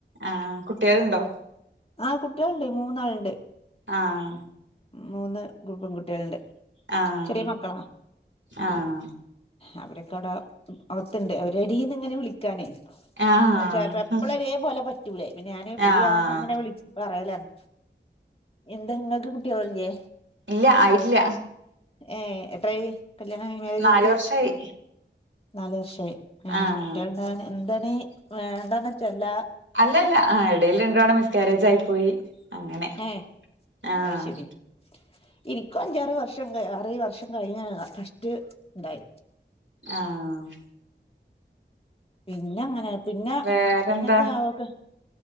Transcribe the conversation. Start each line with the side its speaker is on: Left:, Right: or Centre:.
Right: ആഹ് കുട്ടികളുണ്ടോ
Left: ആഹ് കുട്ടികളുണ്ട് മൂന്നാളുണ്ട്
Right: ആഹ്
Left: മൂന്ന് പെൺകുട്ടികളുണ്ട്
Right: ആഹ്
Left: ചെറിയ മക്കളാ
Right: ആഹ്
Left: അവരൊക്കെ അവടെ അകത്തുണ്ട് അവര എടിന്ന് ഇങ്ങനെ വിളിക്ക <unintelligible>
Right: ആഹ്
Left: എപ്പളരേ പോലെ പറ്റൂലേ പിന്നെ ഞാന് ഫ്രീ
Right: ആഹ്
Left: ആവുമ്പോ അങ്ങനെ വിള പറയലാണ് എന്താ നിങ്ങക്ക് കുട്ടികള് ല്യേ
Right: ഇല്ല ആയിട്ട്ല്ല
Left: ഏഹ് എത്രായി കല്യാണം കയ്ഞ്ഞ് മേരേജ്
Right: നാല്
Left: കൈഞ്ഞിട്ട്
Right: വർഷായി
Left: നാലു വർഷായി ഏഹ്
Right: ആഹ്
Left: കുട്ടിയേള്ണ്ടാവാൻ എന്തണ് വേണ്ടാന്ന് വച്ചല്ല
Right: അല്ലല്ല ആ ഇടയിൽ രണ്ടോണം മിസ്കാരേജ് ആയി പോയി അങ്ങനെ
Left: ഏഹ്
Right: ആഹ്
Left: അഹ് ശരി ഇന്ക്കും അഞ്ചാറ് വർഷം കയ് ആറേഴ് വർഷം കഴിഞ്ഞാണ് ഫസ്റ്റ് ണ്ടാ യേ
Right: ആഹ്
Left: പിന്നെ അങ്ങനെ പിന്നെ
Right: വേറെന്താ
Left: പിന്നത്തെ അവക്ക്